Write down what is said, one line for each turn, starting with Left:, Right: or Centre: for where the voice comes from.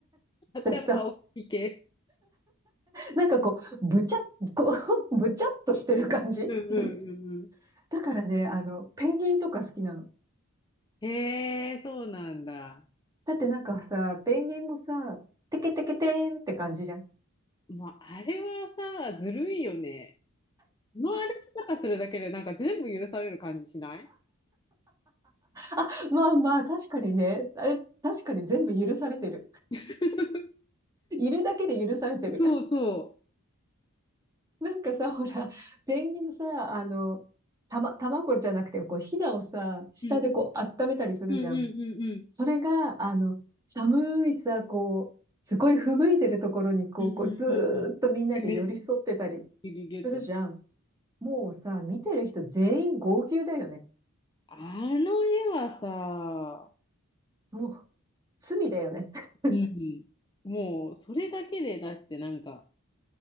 Left: 頭大きい系。
Right: 私さ、なんかこう、ぶちゃっ、こう、<laughs> ぶちゃっとしてる感じ
Left: うんうんうんうん。
Right: <laughs> だからね、あの、ペンギンとか好きなの。
Left: へえ、そうなんだ。
Right: だってなんかさ、ペンギンもさ、テケテケテーンって感じじゃん。
Left: もうあれはさ、ずるいよね。この歩き方するだけでなんか全部許される感じしない
Right: <laughs> まあまあ、確かにね、あれ、確かに全部許されてる。
Left: <laughs>
Right: いるだけで許されてる。
Left: そうそ
Right: <laughs> なんかさ、ほら、ペンギンのさ、あの、たま、卵じゃなくて、こう、ヒナをさ、下でこう、
Left: う。うん
Right: 温めたりするじゃん。
Left: うんうんうんうん。
Right: それが、あの、寒いさ、こう、すごい吹雪いてるところに、こう、
Left: うんうんうんうん。
Right: こうずーっとみんなで寄り添ってたり
Left: え、め、ギュギュッとね。
Right: するじゃん。もうさ、見てる人全員号泣だよね。
Left: あの絵はさ、
Right: もう、罪だよね。<laughs>
Left: うん。もうそれだけでだってなんか、